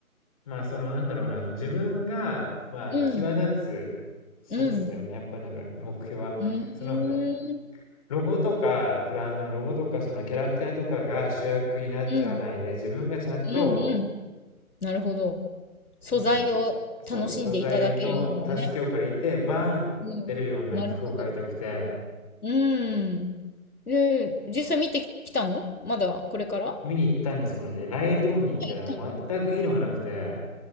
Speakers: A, on the left; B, on the left.
A: まあ、その、なんだろうな、その自分が、まあ、
B: うん、
A: 際立つシャツだよね。
B: うん、
A: やっぱなんか、目標は。
B: うーん、
A: その、ロゴとか、ブランドのロゴとか、そのキャラクターとかが主役になっちゃわないで、
B: うん、
A: 自分がちゃんと、
B: うん、うん。なるほど。素材を楽しんでいただけるようなね。
A: もう、そう、素材の助けを借りて、バーンと出るような服を買いたくて、
B: うん、なるほど。うん。で、実際見てきたのまだこれからは
A: 見に行ったんです、この間。ライトオンに行ったら、
B: い
A: 全く色がなくて、